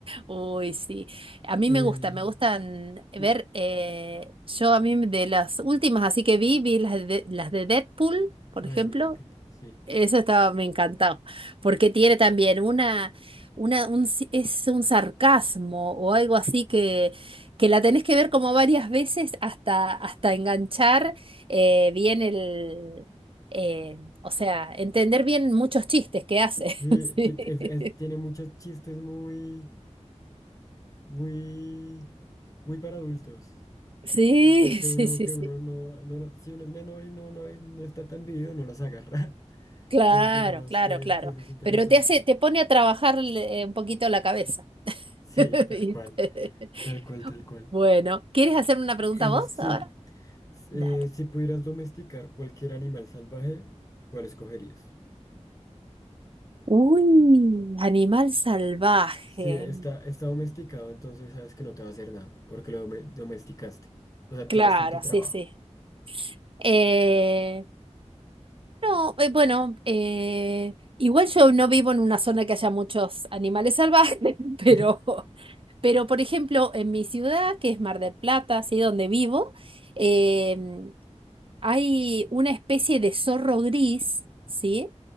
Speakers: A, on the right; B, on the left.
A: Uy, sí. A mí
B: Eh,
A: me gusta, me gustan eh,
B: y...
A: ver, eh, yo a mí de las últimas, así que vi, vi las de, las de Deadpool, por
B: Ay,
A: ejemplo,
B: a mí me encanta, sí.
A: eso estaba, me encantó, porque tiene también una, una, un, si- es un sarcasmo o algo así que, que la tenés que ver como varias veces hasta, hasta enganchar eh, bien el, eh, o sea, entender bien muchos chistes que hace.
B: Sí,
A: <laughs> Sí.
B: ti- es- es- tiene muchos chistes muy, muy, muy para adultos.
A: Sí,
B: Que, que
A: <laughs> sí,
B: uno,
A: sí,
B: que
A: sí.
B: uno no, no, lo- si uno es menor y no, no, no está tan vivido, no los agarra. <laughs>
A: Claro,
B: Entonces, digamos
A: claro,
B: que,
A: claro.
B: que eso es interesante.
A: Pero te hace, te pone a trabajar eh, un poquito la cabeza.
B: Sí,
A: <laughs>
B: tal
A: ¿Viste?
B: cual, tal cual, tal cual.
A: Bueno, ¿quieres hacer una pregunta
B: Eh,
A: vos
B: sí,
A: ahora?
B: s-
A: Dale.
B: eh, si pudieras domesticar cualquier animal salvaje, ¿cuál escogerías?
A: Uy, animal salvaje.
B: Si está, está domesticado, entonces sabes que no te va a hacer nada, porque lo dome- domesticaste. O sea,
A: Claro,
B: tienes fe en tu trabajo.
A: sí, sí. Eh, no, eh, bueno, eh, igual yo no vivo en una zona que haya muchos animales salvajes, <laughs> pero,
B: <laughs>
A: pero por ejemplo, en mi ciudad, que es Mar del Plata, así donde vivo, em, Hay una especie de zorro gris, ¿sí?